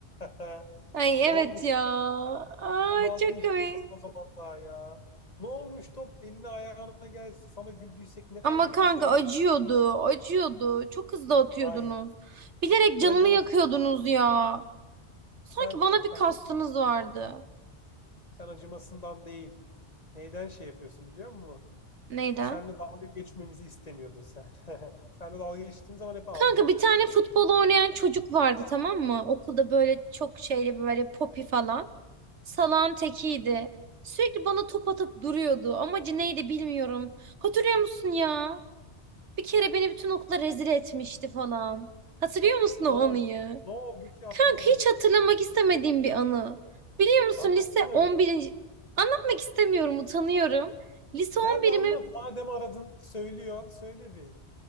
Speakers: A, on the left (about 35°); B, on the right (about 85°).
A: <laughs>
B: Ay
A: Ne
B: evet
A: olmuş?
B: ya. Aa,
A: 16
B: çok
A: yaşındasın
B: komik.
A: o zaman daha ya. Ne olmuş top eline ayağına gelse sana güldüysek ne kaybetmiş
B: Ama kanka
A: olabilir?
B: acıyordu, acıyordu. Çok hızlı atıyordunuz.
A: Hayır.
B: Bilerek canımı
A: Bence
B: yakıyordunuz
A: mesela
B: ya. Sanki
A: sen
B: bana bir
A: acı,
B: kastınız vardı.
A: sen acımasından değil. Neyden şey yapıyorsun biliyor musun?
B: Neyden?
A: Seninle dalga geçmemizi istemiyordun sen. <laughs> Seninle dalga geçtiğim zaman hep ağlıyordun.
B: Kanka bir tane futbol oynayan çocuk vardı tamam mı? Okulda böyle çok şeyli böyle popi falan. salan tekiydi. Sürekli bana top atıp duruyordu. Amacı neydi bilmiyorum. Hatırlıyor musun ya? Bir kere beni bütün okula rezil etmişti falan. Hatırlıyor musun
A: Ne
B: o
A: oldu?
B: anıyı?
A: Ne oldu ki hatırlamıyorum.
B: Kanka hiç hatırlamak istemediğim bir anı. Biliyor musun
A: Anlatsana
B: lise on
A: be.
B: birinci? Anlatmak istemiyorum utanıyorum. Lise on
A: Ya bir
B: birimi
A: anlat. Madem aradın söylüyorsun söyle bir.